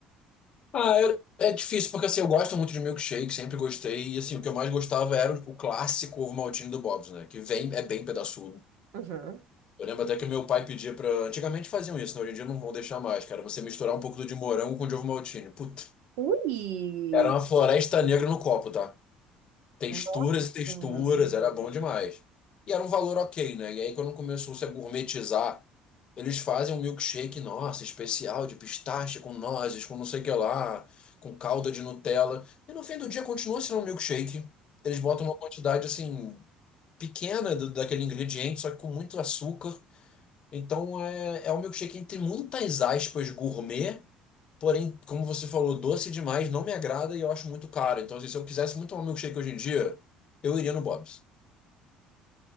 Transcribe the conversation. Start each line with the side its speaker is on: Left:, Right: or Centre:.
Left: Ah, eu- é difícil, porque assim, eu gosto muito de milkshake, sempre gostei, e assim, o que eu mais gostava era o clássico ovo maltine do Bob's, né? Que vem, é bem pedaçudo,
Right: Uhum.
Left: Eu lembro até que meu pai pedia pra. Antigamente faziam isso, né? Hoje em dia não vão deixar mais, cara. Você misturar um pouco de morango com de ovo maltine. Puta.
Right: Ui!
Left: Era uma floresta negra no copo, tá? Texturas
Right: Nossa!
Left: e texturas,
Right: Uhum.
Left: era bom demais. E era um valor ok, né? E aí quando começou a gourmetizar, eles fazem um milkshake, nossa, especial, de pistache, com nozes, com não sei o que lá, com calda de Nutella. E no fim do dia continua sendo um milkshake. Eles botam uma quantidade, assim, pequena do- daquele ingrediente, só que com muito açúcar. Então é, é um milkshake entre muitas aspas gourmet, porém, como você falou, doce demais, não me agrada e eu acho muito caro. Então, assim, se eu quisesse muito tomar milkshake hoje em dia, eu iria no Bob's.